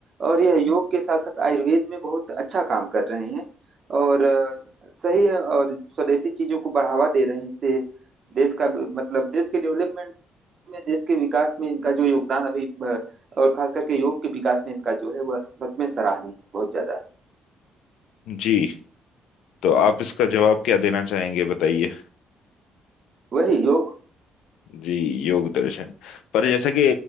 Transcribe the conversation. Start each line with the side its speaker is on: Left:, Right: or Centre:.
Right: और यह योग के साथ साथ आयुर्वेद में बहुत अच्छा काम कर रहे हैं और अ, सही है और स्वदेशी चीजों को बढ़ावा दे रहे हैं इससे देश का मतलब देश के डेवलपमेंट में देश के विकास में इनका जो योगदान अभी अ, और खास करके योग के विकास में इनका जो है वह सच में सराहनीय है बहुत ज्यादा
Left: जी तो आप इसका जवाब क्या देना चाहेंगे बताइए
Right: वही योग
Left: जी योग दर्शन पर जैसा कि